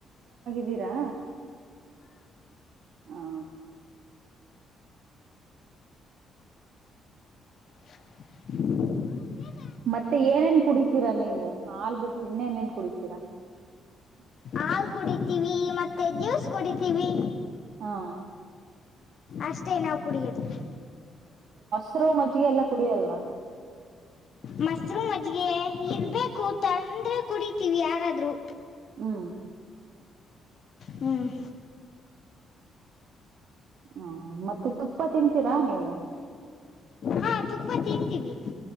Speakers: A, on the right (about 70°); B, on the left (about 55°).
A: ವೀರಾ ಹಾ
B: <inaudible> <unintelligible>
A: ಮತ್ತೆ ಏನೇನ್ ಕುಡಿತೀರಾ ನೀವು ಹಾಲ್ ಬಿಟ್ರಿ ಇನ್ನೇನೇನ್ ಕುಡಿತೀರಾ
B: ಹಾಲ್ ಕುಡಿತೀವಿ ಮತ್ತೆ ಜ್ಯೂಸ್ ಕುಡಿತೀವಿ
A: ಹಾ
B: ಅಷ್ಟೇ ನಾವು ಕುಡಿಯದು
A: ಹೆಸರು ಮಜ್ಜಿಗೆ ಎಲ್ಲಾ ಕುಡಿಯಲ್ವಾ
B: ಮಸರುೂಮ್ ಅಜ್ಜಿಗೆ ಇರ್ಬೇಕು ತಂದ್ರೆ ಕುಡತಿೀವಿ ಯಾರಾದ್ರು
A: ಹ್ಮ
B: ಹ್ಮ್
A: ಹ್ಮ ಮತ್ತೆ ತುಪ್ಪ ತಿಂತೀರಾ ನೀವು
B: ಹಾ ತುಪ್ಪ ತಿರ್ತೀವಿ